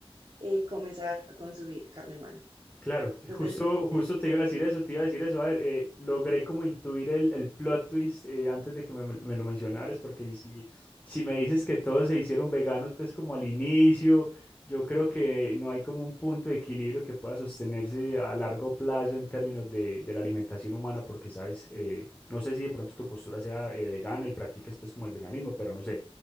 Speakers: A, on the right (about 45°); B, on the left (about 15°).
A: eh, comenzar a consumir carne humana.
B: Claro,
A: Entonces,
B: justo, justo
A: eh,
B: te iba a decir eso, te iba a decir eso. A ver, eh, logré como intuir el, el plot twist eh, antes de que me, me lo mencionaras, porque si, si me dices que todos se hicieron veganos, pues como al inicio, yo creo que no hay como un punto de equilibrio que pueda sostenerse a largo plazo en términos de, de la alimentación humana, porque sabes, eh, no sé si de pronto tu postura sea eh, vegana y practiques pues como el veganismo, pero no sé,